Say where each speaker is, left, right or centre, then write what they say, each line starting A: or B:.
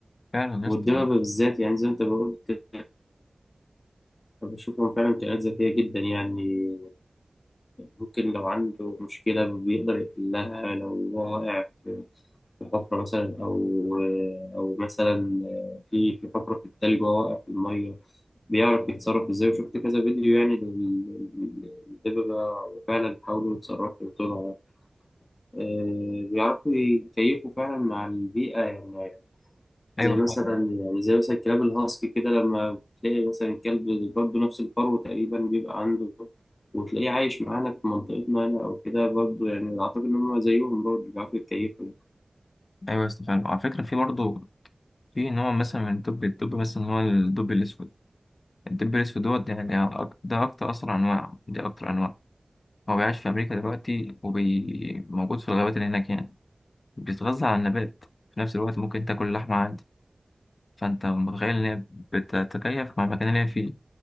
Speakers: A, on the left; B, on the left.
A: فعلا
B: والدببة
A: يا اسطى
B: بالذات يعني زي ما أنت قلت بشوفهم فعلا كائنات ذكية جدا يعني ممكن لو عنده مشكلة بيقدر يحلها لو هو واقع في في حفرة مثلا أو أو مثلا في في حفرة في التلج وهو واقع في المية بيعرف يتصرف إزاي وشفت كذا فيديو يعني لل- للدببة فعلا بيحاولوا يتصرفوا وطلعوا آه، بيعرفوا يكيفوا فعلا مع البيئة يعني
A: أيوة
B: زي مثلا
A: فعلا
B: يعني زي مثلا الكلاب الهاسكي كده لما تلاقي مثلا الكلب برضه نفس الفرو تقريبا بيبقى عنده وتلاقيه عايش معانا في منطقتنا هنا أو كده برضه يعني أعتقد إن هم زيهم برضه بيعرفوا يتكيفوا
A: أيوة يا اسطى فعلا وعلى فكرة في برضه في نوع مثلا من الدب الدب مثلا هو الدب الأسود الدب الأسود يعني أك- ده أكتر أصلا أنواع دي أكتر أنواع هو بيعيش في أمريكا دلوقتي وموجود في الغابات اللي هناك يعني بيتغذى على النبات في نفس الوقت ممكن تاكل لحمة عادي فأنت متخيل إن هي بتتكيف مع المكان اللي هي فيه